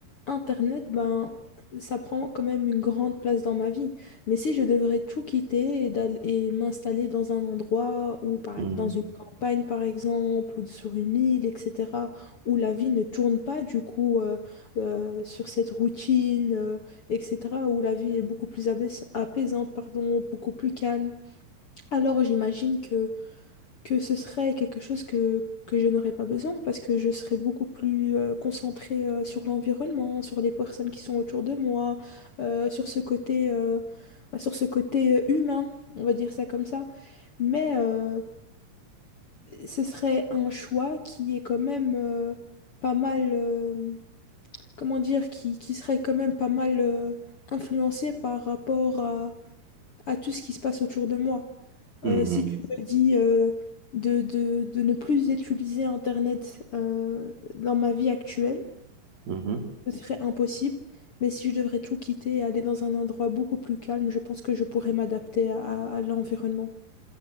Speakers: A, on the left; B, on the right.
A: Internet, ben, ça prend quand même une grande place dans ma vie. Mais si je devrais tout quitter et, d'all- et m'installer dans un endroit ou par,
B: Mhm.
A: ex- dans une campagne, par exemple, ou sur une île, etc., où la vie ne tourne pas du coup euh, euh, sur cette routine, euh, etc., où la vie est beaucoup plus abais- apaisante, pardon, beaucoup plus calme. Alors j'imagine que que ce serait quelque chose que, que je n'aurais pas besoin parce que je serais beaucoup plus euh, concentrée euh, sur l'environnement, sur les personnes qui sont autour de moi, euh, sur ce côté, euh, bah, sur ce côté euh, humain, on va dire ça comme ça. Mais euh, ce serait un choix qui est quand même euh, pas mal, euh, comment dire, qui, qui serait quand même pas mal euh, influencé par rapport à, à tout ce qui se passe autour de moi.
B: Mhm.
A: Euh, si tu me dis euh, de, de- de ne plus utiliser Internet euh, dans ma vie actuelle,
B: Mhm.
A: ce serait impossible. Mais si je devrais tout quitter et aller dans un endroit beaucoup plus calme, je pense que je pourrais m'adapter à, à- à l'environnement.